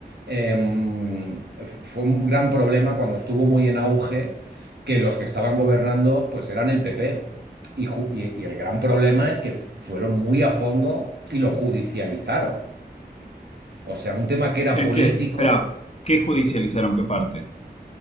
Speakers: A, on the right (about 80°); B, on the left (about 40°).
A: em, fu- fue un gran problema cuando estuvo muy en auge que los que estaban gobernando, pues eran el PP. Y, ju- y y el gran problema es que fueron muy a fondo y lo judicializaron. O sea, un tema que era
B: El
A: político
B: que, espera, ¿qué judicializaron? ¿Qué parte?